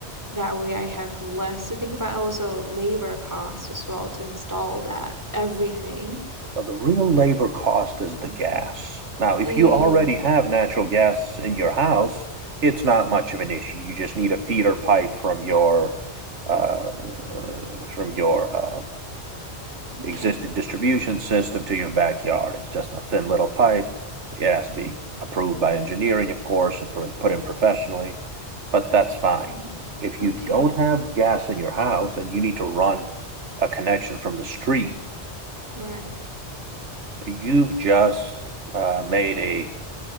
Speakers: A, on the right; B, on the right.
A: That way I have less to think about. Also, labor costs as well to install that everything.
B: But the real labor cost is the
A: Mhm.
B: gas. Now, if
A: Mm.
B: you already have natural gas in your house, it's not
A: Mm,
B: much of an issue. You just need a feeder pipe from your uh, from your uh,
A: okay.
B: existing distribution system to your backyard. It's just a thin little pipe. It has to be approved by engineering, of course, and put in professionally, but that's fine.
A: Mhm.
B: If
A: Okay.
B: you don't have gas in your house and you need to run a connection from the street,
A: Right.
B: you've just uh, made a